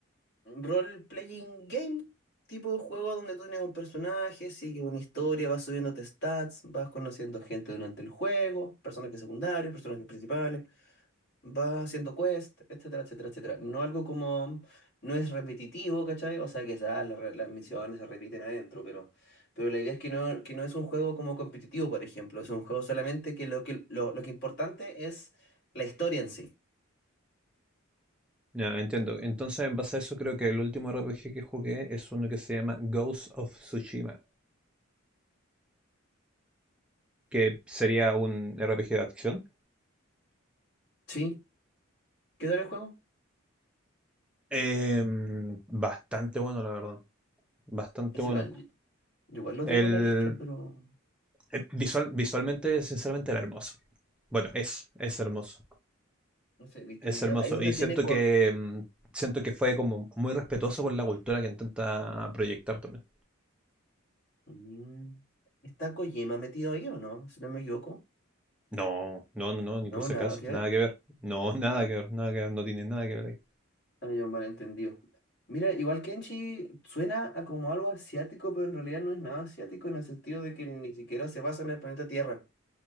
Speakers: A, on the left; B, in the centre.
A: ¿Role-playing game? Tipo juego donde tú tienes un personaje, sigue una historia, vas subiéndote stats, vas conociendo gente durante el juego, personajes secundarios, personajes principales, vas haciendo quest, etcétera, etcétera, etcétera. No algo como, no es repetitivo, ¿cachai? O sea, que ah, las, re- las misiones se repiten adentro, pero, pero la idea es que no, que no es un juego como competitivo, por ejemplo, es un juego solamente que lo que, lo, lo que importante es la historia en sí.
B: Ya, entiendo. Entonces, en base a eso, creo que el último RPG que jugué es uno que se llama Ghost of Tsushima. que sería un RPG de acción.
A: ¿Sí? ¿Qué tal el juego?
B: Eh, bastante bueno, la verdad. Bastante
A: Es
B: bueno.
A: igual. Yo igual lo
B: El,
A: tengo en la lista, pero
B: eh, visual, visualmente, sinceramente, era hermoso. Bueno, es, es hermoso.
A: no sé, he visto
B: Es
A: videos.
B: hermoso.
A: Ahí es donde
B: Y siento
A: tiene... Ko-
B: que mm, siento que fue como muy respetuoso con la cultura que intenta proyectar también.
A: Mm, ¿Está Kojima metido ahí o no? Si no me equivoco.
B: No, no, no, no, ni por
A: No,
B: si
A: nada
B: acaso.
A: que
B: Nada
A: ver.
B: que ver. No, <laughs> nada
A: Ah, ya.
B: que ver, nada que ver. No tiene nada que ver ahí.
A: Ah, ya, un malentendido. Mira, igual Kenshi suena a como algo asiático, pero en realidad no es nada asiático en el sentido de que ni siquiera se basa en el planeta Tierra.